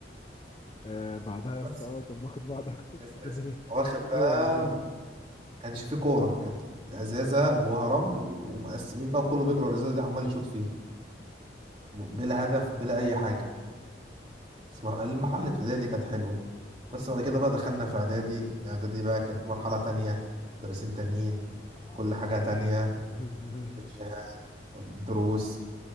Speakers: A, on the left; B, on the right.
A: آه بعدها يا
B: بس
A: اسطى اه طب واخد بعضك
B: ازازه
A: <laughs> نزل
B: واخد
A: تجري
B: بقى
A: ورا الازازه
B: ما كانش فيه كوره كانت ازازه جواها رمل و- ومقسمين بقى وكله بيجري ورا الازازه دي عمال يشوط فيها بلا هدف بلا اي حاجه بس المرحله الابتدائيه دي كانت حلوه
A: اه
B: بس بعد كده بقى دخلنا في اعدادي اعدادي بقى كانت مرحلة تانية مدرسين تانيين
A: آه،
B: كل
A: مش
B: حاجة
A: جهاد
B: تانية
A: <laughs>
B: مش دروس